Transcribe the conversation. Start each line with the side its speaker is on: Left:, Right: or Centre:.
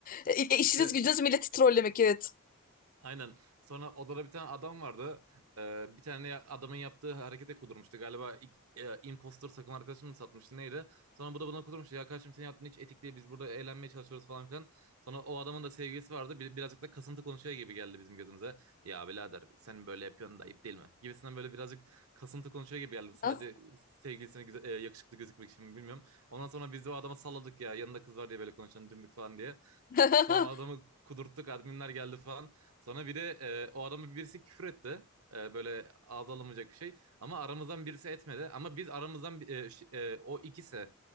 Left: E, e, işiniz
Right: İşte
Left: gücünüz milleti trollemek evet.
Right: Aynen. Sonra odada bir tane adam vardı. Ee, bir tane ya- adamın yaptığı harekete kudurmuştu. Galiba ilk, e, impostor takım arkadaşım mı satmıştı neydi? Sonra bu da buna kudurmuştu. Ya kardeşim senin yaptığın hiç etik değil. Biz burada eğlenmeye çalışıyoruz falan filan. Sonra o adamın da sevgilisi vardı. Bir- birazcık da kasıntı konuşuyor gibi geldi bizim gözümüze. Ya birader sen böyle yapıyorsun da ayıp değil mi? Gibisinden böyle birazcık kasıntı konuşuyor gibi geldi. Sadece
Left: Ha
Right: sevgilisine güzel, e, yakışıklı gözükmek için mi bilmiyorum. Ondan sonra biz de o adama salladık ya. Yanında kız var diye böyle konuşan dümbük falan diye.
Left: <laughs>
Right: Sonra adamı kudurttuk adminler geldi falan. Sonra bir de e, o adamı birisi küfür etti. E, böyle ağza alınmayacak bir şey. Ama aramızdan birisi etmedi. Ama biz aramızdan e, ş- e, o ikisi